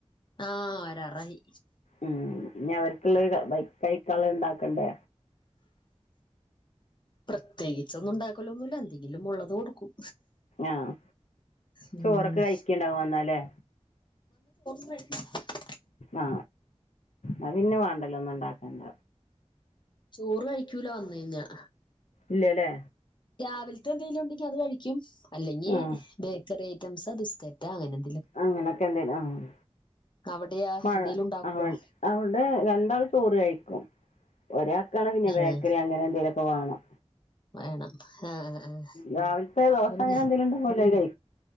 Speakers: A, on the left; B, on the left.
A: ആ വരാറായി
B: ഉം ഇനി അവര്ക്ക്‌ളേ വഴി കഴിക്കാനുള്ള ഇണ്ടാക്കാ കണ്ടേ
A: പ്രത്യേകിച്ച് ഒന്നും ഇണ്ടാക്കലൊന്നുല്ല എന്തെങ്കിലും ഉള്ളത് കൊടുക്കും
B: ആഹ്
A: ഉം
B: ചോറൊക്കെ കഴിക്കിണ്ടാകു വന്നാല്ലേ
A: <unintelligible>
B: ആ ആ പിന്നെ വേണ്ടല്ലോ ഒന്നുണ്ടാക്കണ്ട
A: ചോറ് കഴിക്കൂല വന്നയിഞ്ഞാൽ.
B: ഇല്ലല്ലേ
A: രാവിൽ തെ എന്തെങ്കിലുണ്ടങ്കിൽ അത് കഴിക്കും അല്ലെങ്കിൽ
B: ആഹ്
A: ബേക്കറി <unintelligible> ബിസ്ക്കറ്റാ അങ്ങനെന്തെ
B: അങ്ങനെക്കണ്ടല്ലേ ആഹ് ആഹ്
A: അവിടെയാ
B: ആഹ് മഴ
A: എന്തേലും ഉണ്ടാക്കുവോ
B: അവി അവിടെ രണ്ടാളും ചോറ് കഴിക്കും ഒരാക്കാണ് പിന്നെ ബേക്കറി
A: ഏഹ്
B: അങ്ങനെ ന്തേലും <unintelligible> വേണം
A: വേണം ആഹ് ആഹ്
B: രാവിലത്തെ ദോശ
A: എണ്ണ
B: അങ്ങനെ ന്തേലും ഉണ്ടാവോലോ അല്ലെ